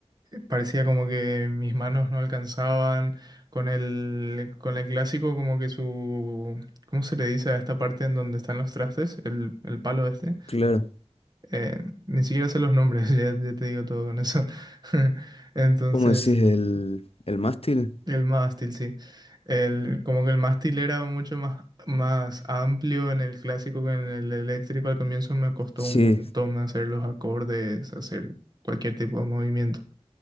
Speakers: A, on the right; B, on the left.
A: Parecía como que mis manos no alcanzaban con el, con el clásico, como que su... ¿Cómo se le dice a esta parte en donde están los trastes? El, el palo este.
B: Claro.
A: Eh, ni siquiera sé los nombres, <laughs> ya, ya te digo todo con eso. <laughs> Entonces,
B: ¿Cómo decís el, el mástil?
A: el mástil, sí. El, como que el mástil era mucho más, más amplio en el clásico que en el eléctrico. Al comienzo me costó
B: Sí,
A: un montón hacer los acordes, hacer cualquier tipo de movimiento.